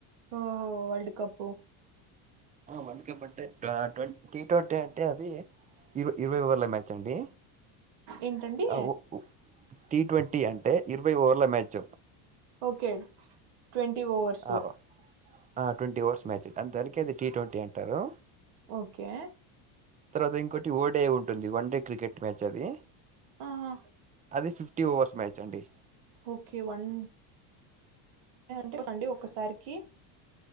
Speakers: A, on the right (about 65°); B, on the right (about 20°).
A: ఓహో వర్ల్డ్ కప్పు
B: వరల్డ్ కప్ అంటే గా ట్వన్ టీ ట్వంటీ అంటే అది ఇర ఇరవై ఓవర్ల మ్యాచ్ అండి
A: ఏంటండి
B: ఆ ఓ ఓ టి ట్వంటీ అంటే ఇరవై ఓవర్ల మ్యాచ్
A: ఓకే ట్వంటీ ఓవర్సు
B: ఆ ఆ ట్వంటీ ఓర్స్ మ్యాచ్ అండ్ దానికే అది టీ ట్వంటీ అంటారు
A: ఓకే
B: తర్వాత ఇంకోటి ఓడే ఉంటుంది వన్ డే క్రికెట్ మ్యాచ్ అది అ
A: ఆహా
B: అది ఫిఫ్టీ ఓవర్స్ మ్యాచ్ అండి
A: ఓకే వన్ అంటే అండి ఒక్కసారికి